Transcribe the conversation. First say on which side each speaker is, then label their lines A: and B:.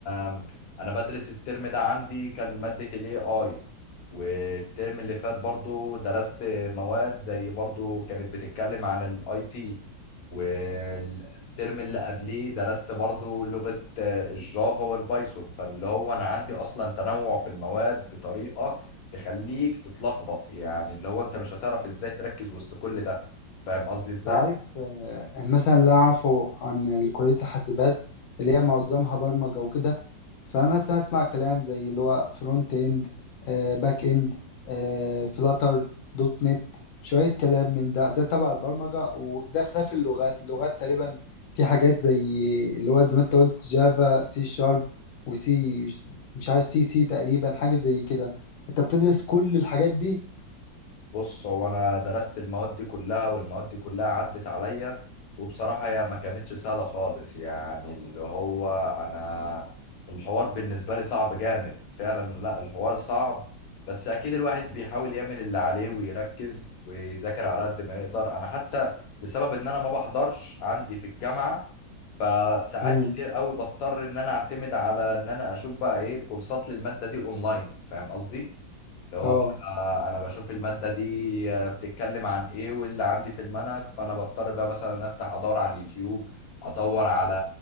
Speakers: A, on the left; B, on the left.
A: آم، انا بدرس الترم ده عندي كان مادة الاي اي والترم اللي فات برضو درست مواد زي برضو كانت بتتكلم عن الاي تي والترم اللي قبليه درست برضو لغة آه، الجافا والبايثون فاللي هو انا عندي اصلا تنوع في المواد بطريقة تخليك تتلخبط يعني اللي هو انت مش هتعرف ازاي تركز وسط كل ده فاهم قصدي ازاي؟
B: تعرف آه، مثلا اللي أنا أعرفه عن كلية الحاسبات اللي هي معظمها برمجة وكده فمثلا أسمع كلام زي اللي هو فرونت إند باك إند فلاتر دوت نت شوية كلام من ده ده تبع البرمجة وده خلاف اللغات اللغات تقريبا في حاجات زي اللي هو زي ما أنت قلت جافا سي شارب وسي مش عارف سي سي تقريبا حاجة زي كده أنت بتدرس كل الحاجات دي
A: بص هو انا درست المواد دي كلها والمواد دي كلها عدت عليا وبصراحة هي ما كانتش سهلة خالص يعني اللي هو انا الحوار بالنسبة لي صعب جامد فعلا لا الحوار صعب بس اكيد الواحد بيحاول يعمل اللي عليه ويركز ويذاكر على قد ما يقدر انا حتى بسبب ان انا ما بحضرش عندي في الجامعة فساعات
B: امم
A: كتير قوي بضطر ان انا اعتمد على ان انا اشوف بقى ايه كورسات للمادة دي اونلاين فاهم قصدي اللي هو
B: اه
A: بقى انا بشوف المادة دي آه، بتتكلم عن ايه واللي عندي في المنهج فانا بضطر بقى مثلا افتح ادور على اليوتيوب ادور على